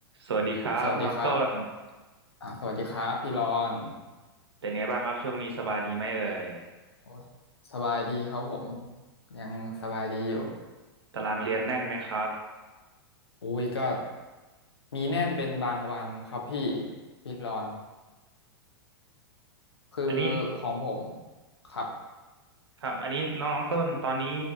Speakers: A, on the right (about 85°); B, on the left (about 90°).
A: สวัสดีครับน้องต้น
B: สวัสดีครับอ่าสวัสดีครับพี่รอน
A: เป็นไงบ้างครับช่วงนี้สบายดีไหมเอ่ย
B: โอ้ยสบายดีครับผม ยังสบายดีอยู่
A: ตารางเรียนแน่นไหมครับ
B: อุ้ยก็มีแน่นเป็นบางวันครับพี่พี่รอนคือของผม
A: อันนี้
B: ครับ
A: ครับอันนี้น้องน้องต้นตอนนี้